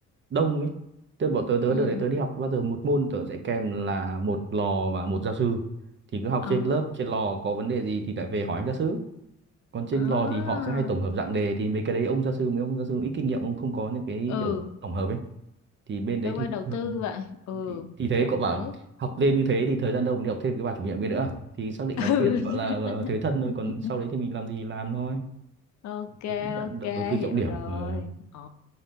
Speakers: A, on the right; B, on the left.
A: đông ấy tớ bọn tớ tớ
B: Ừ.
A: đợt đấy tớ đi học bao giờ một môn tớ sẽ kèm là một lò và một gia sư thì cứ học
B: Ồ,
A: trên lớp trên lò có vấn đề gì thì lại về hỏi anh gia sư còn trên
B: à,
A: lò thì họ sẽ hay tổng hợp dạng đề thì mấy cái đấy ông gia sư mấy ông gia sư ít kinh nghiệm ông không có những cái
B: ừ,
A: kiểu tổng hợp ấy thì bên đấy
B: tôi quay
A: thì
B: đầu tư
A: thường
B: vậy, ừ,
A: thì, thì thế
B: kiểu
A: cậu bảo
B: đấy,
A: học thêm như thế thì thời gian đâu mà đi học thêm cái bà chủ nhiệm kia nữa thì xác định
B: ừ,
A: đóng tiền gọi là, gọi là thế thân thôi
B: <laughs>
A: còn sau đấy thì mình làm gì thì làm thôi
B: ok,
A: thì chấp nhận
B: ok,
A: đầu, đầu tư trọng
B: hiểu
A: điểm
B: rồi,
A: Ờ,
B: ồ,